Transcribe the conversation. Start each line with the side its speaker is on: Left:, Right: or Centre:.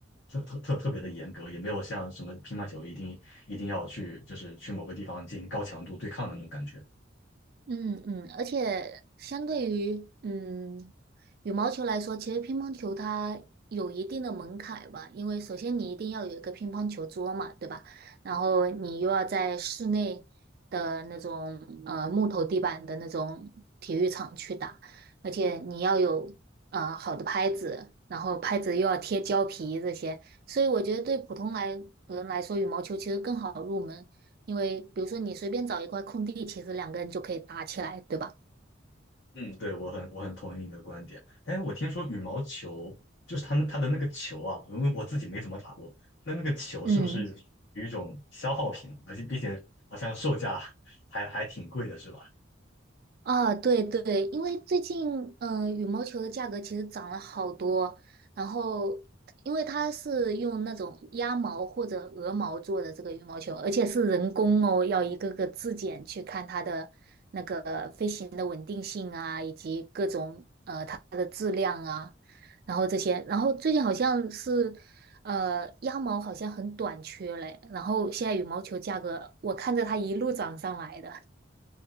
Left: 特特特特别的严格，也没有像什么乒乓球一定一定要去就是去某个地方进行高强度对抗的那种感觉。
Right: 嗯嗯，而且相对于嗯羽毛球来说，其实乒乓球它有一定的门槛吧，因为首先你一定要有一个乒乓球桌嘛，对吧？然后你又要在室内的那种呃木头地板的那种体育场去打，而且你要有呃好的拍子，然后拍子又要贴胶皮这些，所以我觉得对普通来人来说，羽毛球其实更好入门。因为比如说你随便找一块空地，其实两个人就可以打起来，对吧？
Left: 嗯，对，我很我很同意你的观点。哎，我听说羽毛球就是它那它的那个球啊，因为我自己没怎么打过，那那个球是不是有一种消耗品，
Right: 嗯。
Left: 而且并且好像售价还还挺贵的，是吧？
Right: 啊，对对，因为最近嗯、呃羽毛球的价格其实涨了好多，然后因为它是用那种鸭毛或者鹅毛做的这个羽毛球，而且是人工哦，要一个个质检去看它的那个飞行的稳定性啊，以及各种呃它的质量啊，然后这些，然后最近好像是呃鸭毛好像很短缺嘞，然后现在羽毛球价格我看着它一路涨上来的。